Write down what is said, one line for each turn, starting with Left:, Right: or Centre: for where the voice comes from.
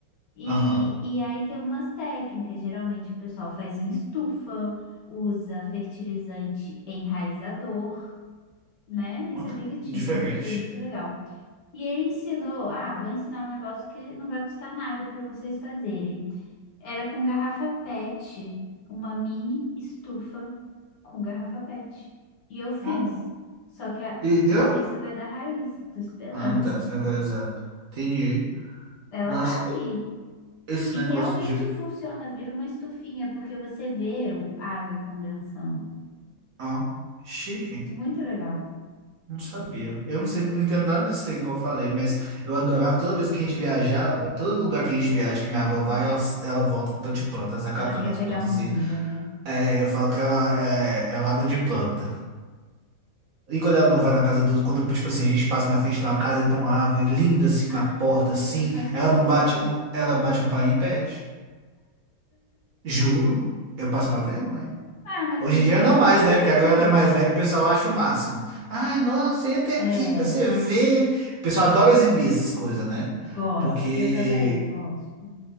Left: E,
Right: aham.
Left: e aí tem umas técnicas, geralmente o pessoal faz em estufa, usa fertilizante enraizador, né? Nem
Right: Ó,
Left: sabia
Right: que
Left: que tinha,
Right: Diferente.
Left: achei muito legal. E ele ensinou, ah, vou ensinar um negócio que não vai custar nada para vocês fazerem. Era com garrafa PET, uma mini estufa com garrafa PET. E eu fiz.
Right: Ó,
Left: Só que a-
Right: E deu?
Left: não sei se vai dar raiz, tô esperando.
Right: Ah, tá.
Left: <laughs>
Right: Você vai usar. Entendi.
Left: Ela
Right: Nossa,
Left: tá ali,
Right: esse
Left: E
Right: negócio
Left: realmente
Right: de...
Left: funciona, vira uma estufinha, porque você vê o- a água condensando.
Right: Ó, chique.
Left: Muito legal.
Right: Não sabia. Eu não sei, não entendo nada desse trem que eu falei, mas eu adorava toda vez que a gente viajava, todo lugar que a gente viaja, que minha avó vai, ela, ela volta com tanto de planta, ela sai catando
Left: Ela quer
Right: as
Left: pegar
Right: plantas
Left: uma
Right: assim.
Left: muda, né?
Right: É, eu falo que ela é, é lada de planta. E quando ela não vai na casa do. Quando, tipo assim, a gente passa na frente de uma casa e tem uma árvore linda assim
Left: Ah,
Right: na porta, assim,
Left: eu faço
Right: ela
Left: isso
Right: não
Left: também.
Right: bate, uma- ela bate a campainha e pede. Juro, eu passo uma vergonha.
Left: Ah, mas
Right: Hoje
Left: é bonitinho.
Right: em dia não mais, né? Porque agora ela é mais velha e o pessoal acha o máximo. Ai, nossa, entra aqui
Left: É,
Right: pra você ver. O pessoal adora exibir essas coisas, né?
Left: gosta.
Right: Porque.
Left: Eu também gosto.